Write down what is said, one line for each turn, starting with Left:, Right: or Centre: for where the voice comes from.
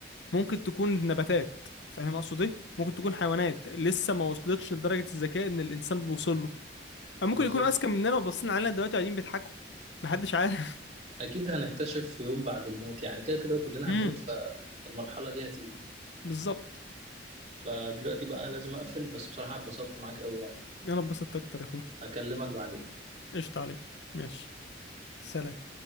Left: ممكن تكون نباتات فاهم اقصد ايه ممكن تكون حيوانات لسه ما وصلتش لدرجه الذكاء ان الانسان بيوصل له أو ممكن
Right: بالظبط
Left: يكونوا اذكى مننا وباصين علينا دلوقتي قاعدين بيضحكوا محدش عارف
Right: اكيد هنكتشف في يوم بعد الموت يعني كده كده كلنا
Left: امم
Right: هنموت فالمرحله دي هتيجي
Left: بالظبط
Right: فدلوقتي بقى لازم اقفل بس بصراحه اتبسطت معاك قوي يعني
Left: انا اتبسطت اكتر يا اخويا
Right: هكلمك بعدين
Left: قشطة عليك ماشي سلام